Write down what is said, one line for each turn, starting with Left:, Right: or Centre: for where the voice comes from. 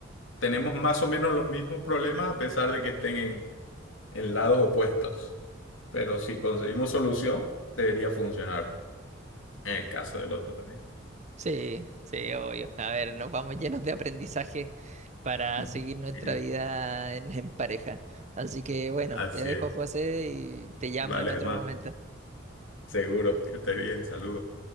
Left: tenemos más o menos los mismos problemas a pesar de que estén en, en lados opuestos. Pero si conseguimos solución, debería funcionar en el caso del otro también.
Right: Sí, sí, obvio. A ver, nos vamos llenos de aprendizaje para
Left: <laughs>
Right: seguir nuestra
Left: Siempre.
Right: vida en, en pareja. Así que bueno,
Left: Así
Right: te dejo,
Left: es.
Right: José, y te llamo
Left: Vale,
Right: en otro
Left: hermano.
Right: momento.
Left: Seguro que estés bien. Saludos.